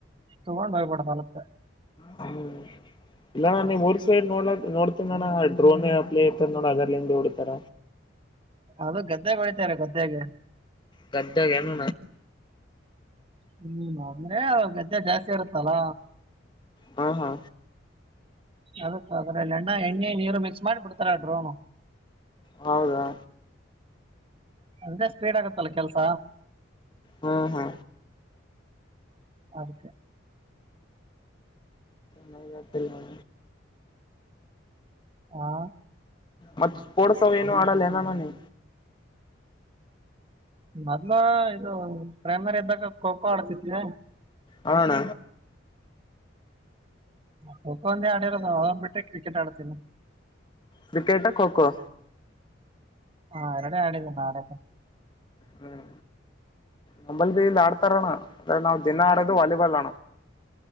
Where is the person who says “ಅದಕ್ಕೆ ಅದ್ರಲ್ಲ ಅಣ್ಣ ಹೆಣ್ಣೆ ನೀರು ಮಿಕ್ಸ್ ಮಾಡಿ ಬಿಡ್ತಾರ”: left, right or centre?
Right